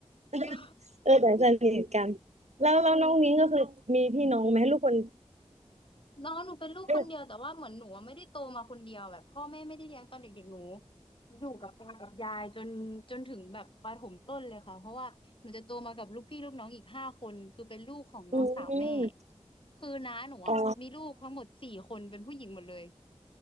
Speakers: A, on the right; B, on the left.
A: <laughs>
B: <laughs>
A: เออแต่สนิทกันแล้วแล้วน้องนิ้งก็คือมีพี่น้องไหมลูกคน
B: เออ น้องหนูเป็นลูกคนเดียวแต่ว่าเหมือนหนูอะไม่ได้โตมาคนเดียวแบบพ่อแม่ไม่ได้เลี้ยงตอนเด็กๆหนู
A: ลูก
B: อยู่กับตากับยายจนจนถึงแบบประถมต้นเลยค่ะเพราะว่าหนูจะโตมากับลูกพี่ลูกน้องอีกห้าคนคือเป็นลูกของน้องสาวแม่
A: อืม
B: คือน้าหนูอ่ะมีลูกทั้งหมดสี่คนเป็นผู้หญิงหมดเลย
A: อ๋อ